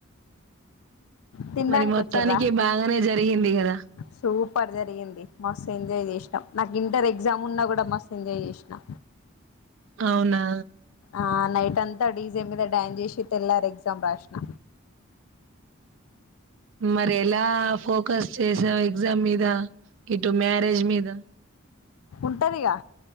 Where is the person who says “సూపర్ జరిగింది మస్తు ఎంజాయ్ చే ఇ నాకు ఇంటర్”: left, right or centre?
Left